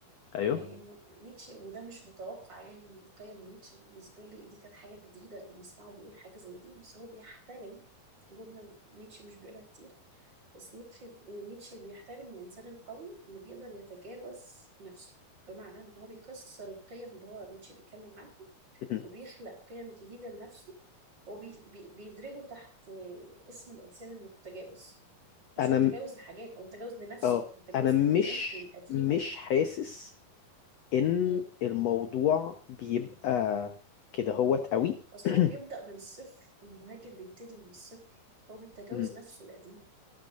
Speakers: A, on the left; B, on the right.
A: ايوه
B: آه، إنه نيتشه وده مش متوقع يعني من قيم نيتشه بالنسبة لي دي كانت حاجة جديدة إن أسمعه بيقول حاجة زي دي بس هو بيحترم جملة نيتشه مش بيقولها كتير بس نيتشه نيتشه بيحترم الإنسان القوي اللي بيقدر يتجاوز نفسه بمعنى إن هو بيكسر القيم اللي هو نيتشه بيتكلم عنها
A: مهم.
B: وبيخلق قيم جديدة لنفسه وبيدرجه تحت اسم الإنسان المتجاوز مش
A: أنا
B: متجاوز
A: م-
B: لحاجات هو متجاوز لنفسه
A: أه
B: متجاوز
A: أنا مش
B: لقيمته القديمة
A: مش حاسس إن
B: مم.
A: الموضوع بيبقى كده هوت قوي
B: أصل
A: <clears throat>
B: هو بيبدأ من الصفر المهاجر بيبتدي من الصفر هو بيتجاوز
A: أيوه
B: نفسه القديم